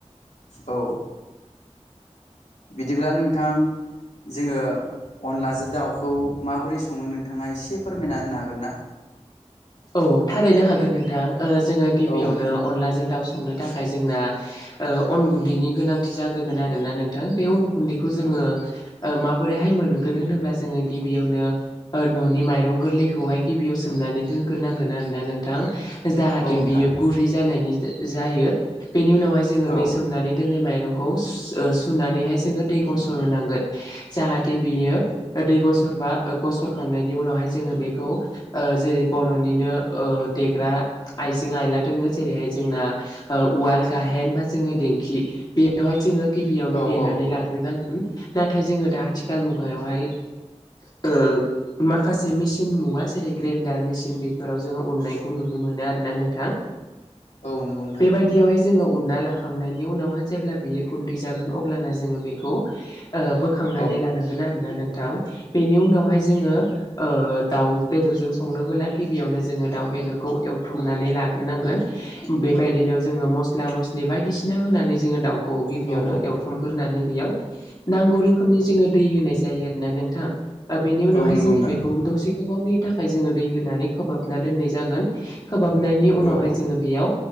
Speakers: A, on the left; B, on the left.
A: औ बिदिब्ला नोंथां जोङो अनलाजो दाउखौ माबोरै सङो नोंथाङा एसे फोरमायना होनो हागोन ना
B: औ थारैनो हागोन नोंथां जोङो गिबियावनो
A: औ नोंथां
B: अनलाजों दाउ सं नो थाखाय जोंना ओ अन गुन्दैनि गोनांथि जाग्रो आरोना नोंथां बे अन गुन्दैखौ जोङो
A: औ
B: ओ माबोरैहाय मोनगोन होनोब्ला जोङो गिबियावनो न'नि माइरं गोरलैखौहाय गिबियाव सोमनानै दोनग्रोनांगोन आरो ना नोंथां जाहाथे
A: औ नोंथां
B: बियो गुरै जानायनि जायो बेनि उनावहाय जोङो
A: औ
B: बे सोमनानै दोननाय माइरं खौ सुनानै हाय‌ जोङो दैखौ सरहोनांगोन जाहाथे बियो दै गस बा गसरखांनायनि उनावहाय जोङो बेखौ ओ जेरै बर'निनो ओ देग्रा आइजें आयला दङो जेरैहाय जोंना ओ उवाल गाहेन बा जोङो देंखि बेवहाय जोङो गिबियावनो
A: औ
B: देनानै
A: औ
B: लाग्रोनांगोन नाथाय जोङो दा आथिखाल मुगायावहाय ओ माखासे
A: औ
B: मेसिन मुवा जेरै ग्रेन्डार मेसिन बेफोराव जोङो अननायखौ नुनो मोनो आरो ना नोंथां
A: औ नंगौ नोंथां
B: बेबायदियावहाय जोङो उनना
A: औ
B: लाखांनायनि उनावहाय जेब्ला बेयो गुन्दै जागोन अब्लाना जोङो बेखौ ओ बोखांनानै
A: औ
B: लानांगोन आरोना नों थां बेनि उनावहाय जोङो
A: औ
B: दाउ बेदरजों संनोबोला गिबियावनो जोङो दाउ बेदरखौ एवथ्रमनानै लाग्रोनांगोन बेबायदिनो जोङो मस्ला मस्लि बायदिसिना। सिना होनानै जोङो दाउखौ गिबियावनो
A: औ औ
B: एवफ्रामग्रोनानै बेयाव नांगौ रोखोमनि जोङो दै होनाय जायो आरोना नोंथां ओ बेनि उनावहाय
A: औ नंगौ
B: जोङो
A: नोंथां
B: बेखौ दसे गोबावनि थाखाय जोङो दै होनानै खोबहाबना दोननाय जागोन खोबहाबनायनि उनावहाय
A: औ
B: जोङो बेयाव